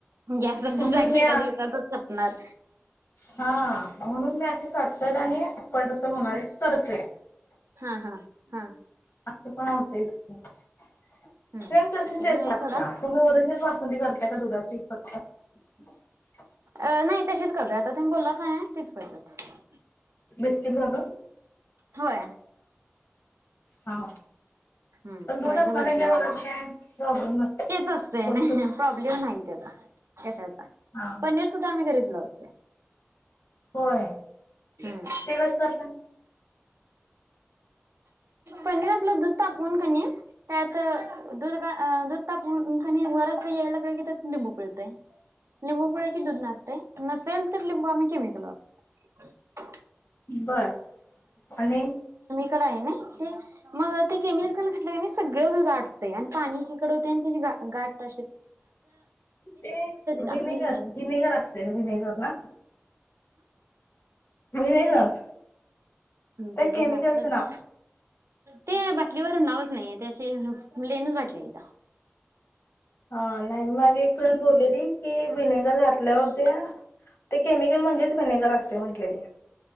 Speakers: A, on the right (about 90°); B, on the left (about 60°).
A: गॅसाची
B: म्हणून
A: टाकी
B: मी
A: एका दिवसातच संपणार
B: हा म्हणून मी अशी चटचट आणि पटकन होणारी
A: ह
B: करतोय.
A: हा हा हा.
B: असं पण होतयच की. <inaudible>
A: हम्म
B: सेम तशीच
A: ते
B: टेस्ट
A: पण आहे
B: लागत्या,
A: सोडा
B: तुम्ही ओरिजनल बासुंदी करताय त्या दुधाची फक्त. <inaudible>
A: अं नाही तशीच करत्यात आता तुम्ही बोललासा तीच.. पळतात
B: बिस्किट झाल
A: होय
B: हा
A: हम
B: पण दूध
A: खव्याच्या
B: असणाऱ्यांच्या
A: बर्फ्या वापरते,
B: घरात काय प्रॉब्लेम नसतो.
A: तेच असतंय
B: करतो
A: ना प्रॉब्लेम नाही तेजा कशाच
B: हा
A: पनीर सुद्धा आम्ही घरीच... लावतोय
B: होय,
A: हम्म
B: ते कस करता?
A: पनीर आपलं दुध.. तापवुन कणी त्यात दुध दूध तापवून कनी वर अस यायला लागेल की त्यात लिंबू पिळतेय लिंबू पिळं की दूध नासते, नसेल तर लिंबू आम्ही केमिकल वापरत
B: बर आणि
A: कल आहे नई ते मग ते केमिकल घातलं कनी सगळं दुध.. गाठतय आणि पाणी एकीकड होतय आणि त्याची गाठ तशीच
B: ते व्हिनेगर
A: आपण ह
B: व्हिनेगर असते व्हिनेगर ना व्हिनेगर त्या
A: त्याच
B: केमिकलचं
A: नाता
B: नाव
A: का ते बाटलीवर नावच नाही त्या असे प्लेनच बाटली आहेता
B: हा नाही माझी एक फ्रेंड बोललेली की विनेगर घातल्यावर
A: हम्म
B: ते.. ते केमिकल म्हणजेच विनेगर असतय म्हटलेली